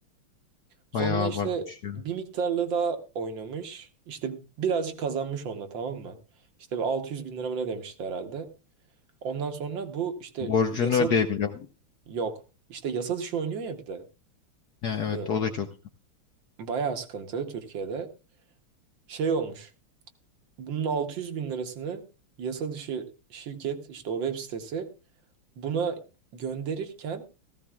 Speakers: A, on the right; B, on the left.
A: Sonra
B: Bayağı
A: işte
B: abartmış ya.
A: bir miktarla daha oynamış. İşte birazcık kazanmış onunla tamam mı? İşte bir 600 bin lira mı ne demişti herhalde. Ondan sonra bu işte
B: Borcunu
A: yasa
B: ödeyebiliyor.
A: yok. İşte yasa dışı oynuyor ya bir de.
B: Yani evet
A: Hani
B: o da çok.
A: bayağı sıkıntı Türkiye'de. Şey olmuş. Bunun 600 bin lirasını yasa dışı şirket işte o web sitesi buna gönderirken